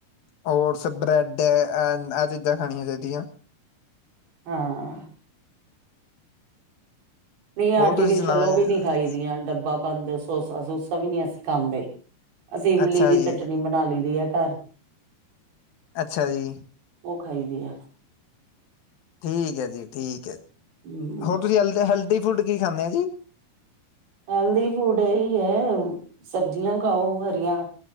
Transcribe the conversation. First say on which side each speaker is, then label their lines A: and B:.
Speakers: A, on the left (about 70°); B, on the right (about 85°).
A: ਓਟਸ ਬ੍ਰੈਡ ਆਹ ਚੀਜ਼ਾਂ ਖਣੀਆਂ ਚਾਹੀਦੀਆਂ
B: ਹਾਂ ਨਹੀਂ ਆਂਟੀ
A: ਹੋਰ ਤੁਸੀਂ
B: ਵੀ
A: ਸੁਣਾਓ
B: ਚਲੋ
A: ਜੀ
B: ਵੀ ਨੀ ਖਾਈ ਦੀਆਂ ਡੱਬਾ ਬੰਦ ਸੋਸਾ ਸੂਸਾ ਵੀ ਨਹੀਂ ਅਸੀਂ ਖਾਂਦੇ ਅਸੀਂ ਇਮਲੀ
A: ਅੱਛਾ
B: ਦੀ
A: ਜੀ
B: ਚਟਨੀ ਬਣਾ ਲਈ ਦੀ ਹੈ। ਘਰ
A: ਅੱਛਾ ਜੀ ।
B: ਉਹ ਖਾਈ ਦੀ ਆ।
A: ਠੀਕ ਹੈ ਜੀ, ਠੀਕ ਹੈ ਜੀ
B: ਹਮ
A: ਹੋਰ ਤੁਸੀਂ ਲੈੰਦੀ ਹਲਦੀ ਫੂਡ ਕੀ ਖਾਂਦੇ ਆ ਜੀ,
B: ਹੈਲਦੀ ਫੂਡ ਇਹਹੀ ਹੈ। ਸਬਜ਼ੀਆਂ ਖਾਓ, ਹਰੀਆਂ